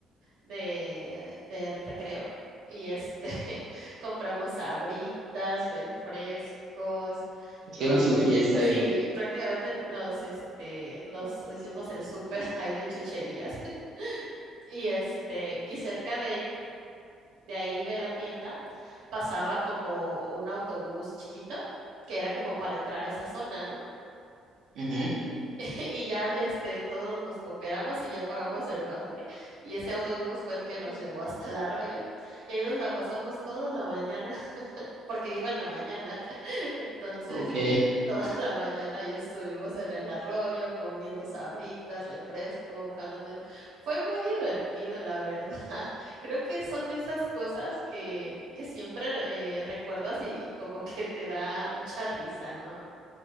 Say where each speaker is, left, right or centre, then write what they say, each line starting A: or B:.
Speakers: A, on the right; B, on the right.
A: de, de recreo. Y este, <laughs> compramos sabritas, refrescos.
B: Hicieron
A: eh,
B: su fiesta
A: sí,
B: ahí.
A: prácticamente nos, este, nos hicimos el súper <laughs> ahí de chucherías. <laughs> Y este, y cerca de ahí de la tienda pasaba como un autobús chiquito que era como para entrar a esa zona, ¿no?
B: Ujú.
A: <laughs> Y ya este, todos nos cooperamos y ya pagamos el pasaje. Y ese autobús fue el que nos llevó hasta el arroyo. Y ahí nos la pasamos toda la mañana, <laughs> porque iba en la mañana. Entonces,
B: Ok,
A: toda <laughs> la mañana ya estuvimos en el arroyo comiendo sabritas, refresco, mojándonos. Fue muy divertido, la verdad. <laughs> Creo que son de esas cosas que, que siempre eh, recuerdas y, y como que te da mucha risa, ¿no?